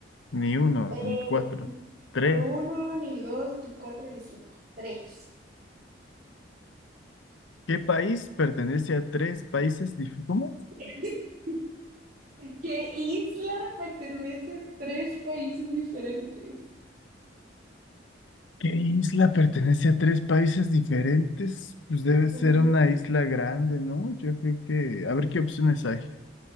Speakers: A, on the left (about 85°); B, on the right (about 50°).
A: ni uno,
B: diferentes.
A: ni cuatro, tres.
B: Uno, ni dos, ni cuatro, ni cinco. Tres.
A: ¿Qué país pertenece a tres países? dif- ¿Cómo?
B: <laughs> ¿Qué isla pertenece a tres países diferentes?
A: ¿Qué isla pertenece a tres países diferentes? Pues debe ser
B: Ajá.
A: una isla grande, ¿no? Yo creo que... A ver qué opciones hay.